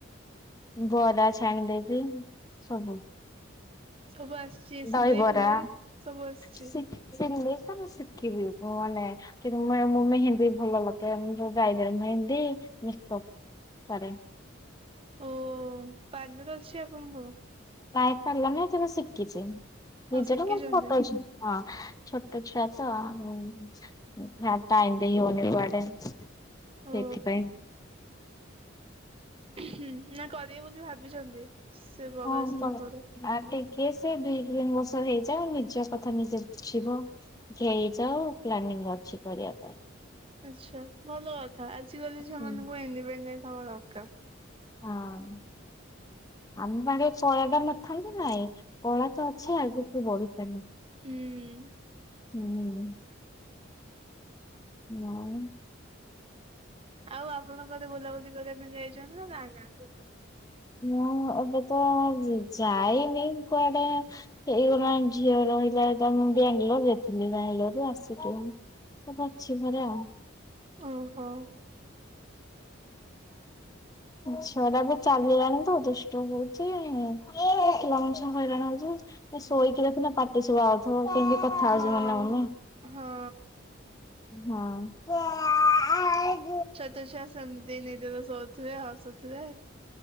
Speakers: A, on the left; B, on the right.
A: ବରା ଛାଣି ଦେବି ସବୁ।
B: ସବୁ ଆସିଛି ସିଲେଇ
A: ଦହିିବରା
B: ଫିଲେଇ ସବୁ ଆସିଛି
A: ଶିଖି ଜିନିଷ ମୁ ଶିଖିବି ମୁ ମାନେ କିନ୍ତୁ ମୁ ମୁଁ ମେହେନ୍ଦୀ ଭଲ ଲଗାଏ ମୁ ଯୋଉ ବ୍ରାଇଡାଲ ମେହେନ୍ଦୀ ମେକ୍ ଅପ ପାରେ।
B: ଓ ପାର୍ଲର ଅଛି ଆପଣଙ୍କର?
A: ନାଇ ପାର୍ଲର ନାଇ ଏ ଶିଖିଛି ନିଜର
B: ଆଉ ଶିଖିଛନ୍ତି
A: ମୋ ଫଟ ଅଛ। ହଁ ଛୋଟ ଛୁଆ ତ ଆଉ ହିଆଡେ ଟାଇମ ଦେଇହୋଉନି କୁଆଡେ ସେଇଥିପାଇଁ
B: ଓ ହୁଁ ନା କରିବେ ବୋଲି ଭାବିଛନ୍ତି ସେ ବଡ
A: ହଁ
B: ହେଇସାରିଲା
A: କହ।
B: ପରେ?
A: ଆ ଟିକେ ସେ ଦି ତିନି ବର୍ଷର ହେଇଯାଉ ନିଜ କଥା ନିଜେ ବୁଝିବ ହେଇଯାଉ ପ୍ଲାନିଂ ଅଛି କରିବା ପାଇଁ।
B: ଆଛା ଭଲ କଥା ଆଜିକାଲି ଝିଅ
A: ହଁ
B: ମାନଙ୍କୁ ଇଣ୍ଡିପିଡେଣ୍ଟ ହବା ଦରକାର।
A: ହଁ ଆମ ପାଖରେ କଳାଟା ନଥାନ୍ତି ନାଇଁ କଳା ତ ଅଛି ଆଗକୁ ବଢିଚାଲ।
B: ହୁଁ।
A: ହୁଁ। ଆଉ?
B: ଆଉ ଆପଣ କୁଆଡ଼େ ବୁଲା ବୁଲି କରିବା ପାଇଁ ଯାଇଚନ୍ତିନା ଯାଇନାହାନ୍ତି?
A: ମୁଁ ଏବେତ ଯା ଯାଇନି କୁଆଡ଼େ ହେଇଗଲାଣି ଝିଅ ରହିଲାତ ଯେତେଳେ ମୁଁ ବାଙ୍ଗାଲୋରେ ଥିଲି ବାଙ୍ଗାଲୋରରୁୁ ଆସିକି ଏବେ ଅଛି ଘରେ ଆଉ।
B: ଓହୋ।
A: ଝିଅଟାବି ଚାଲି ଲାଣିତ ଦୁଷ୍ଟ ହଉଚି ପିଲା ମାନେ ସବୁ ହଇରାଣ ହଉଚି ଏ ଶୋଇକି ଦେଖୁନ ପାଟି ସୁବା ହଉଚି। ହୋ କେମିତି କଥା ହଉଚି
B: ହଁ
A: ମନେ ମନେ।
B: ହଁ
A: ହଁ।
B: ଛୋଟ ଛୁଆ ସେମତି ନିଜେତ ଶୋଉଥିବେ ହସୁଥିବେ।